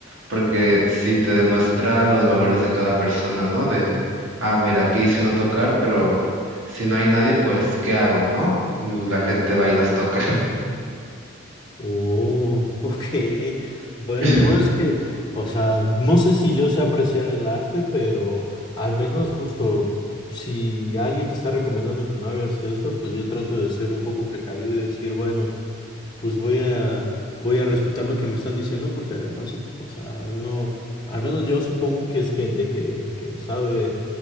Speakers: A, on the right; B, on the left.
A: porque sí te demuestra los valores de cada persona, ¿no? De, ah, mira, aquí dice no tocar, pero si no hay nadie, pues, ¿qué hago, no? Y La gente va y las toca.
B: Oh, <laughs> ok. Bueno,
A: <laughs>
B: no es que, o sea, no sé si yo sé apreciar el arte, pero al menos justo, si alguien te está recomendando que no hagas esto, pues yo trato de ser un poco precavido y decir, bueno, pues voy a, voy a respetar lo que me están diciendo, porque además, o sea, uno, al menos yo supongo que es gente que, que sabe